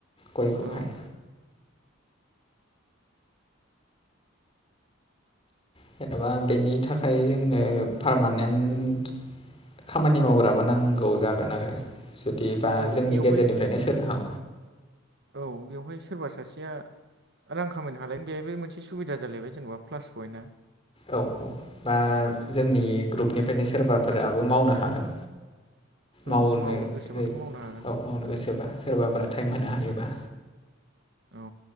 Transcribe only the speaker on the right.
औ
औ
बेवहाय
औ बेवहाय सोरबा सासेया रां खामायनो हालाय बेबो मोनसे सुबिदा जालायबाय जेनेबा प्लास पयेन्टआ
औ
गोसोबाथ' मावनो हागोन
औ